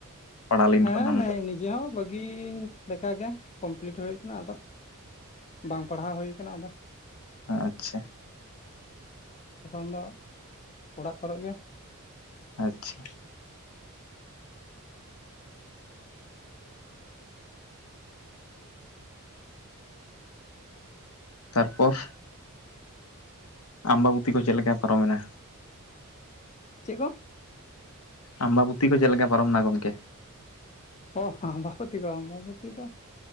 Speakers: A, on the left; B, on the left.
A: ᱯᱟᱲᱦᱟᱣ ᱞᱟᱭᱤᱱ
B: ᱦᱮᱸ
A: ᱠᱷᱚᱱ ᱦᱚᱸ
B: ᱱᱮ ᱱᱤᱡᱮ ᱦᱚᱸ ᱵᱟᱹᱜᱤ ᱞᱮᱠᱟ ᱜᱮ ᱠᱚᱢᱯᱞᱤᱴ ᱦᱩᱭ ᱟᱠᱟᱱᱟ ᱟᱫᱚ ᱵᱟᱝ ᱯᱟᱲᱦᱟᱣ ᱦᱩᱭ ᱟᱠᱟᱱᱟ ᱟᱫᱚ᱾
A: ᱟᱪᱪᱷᱟ
B: ᱮᱠᱷᱚᱱ ᱫᱚ ᱚᱲᱟᱜ ᱠᱚᱨᱮ ᱜᱮ᱾
A: ᱟᱪᱪᱷᱟ ᱛᱟᱨᱯᱚᱨ ᱟᱢᱵᱟᱵᱩᱛᱤ ᱠᱚ ᱪᱮᱫ ᱞᱮᱠᱟ ᱯᱟᱨᱚᱢᱮᱱᱟ?
B: ᱪᱮᱫ ᱠᱚ
A: ᱟᱢᱵᱟᱵᱩᱛᱤ ᱠᱚ ᱪᱮᱫ ᱞᱮᱠᱟ ᱯᱟᱨᱚᱢᱱᱟ ᱜᱚᱝᱠᱮ?
B: ᱚ ᱦᱚᱸ ᱟᱢᱵᱟᱵᱚᱛᱤ ᱠᱚ ᱵᱟᱵᱚᱛᱤ ᱫᱚ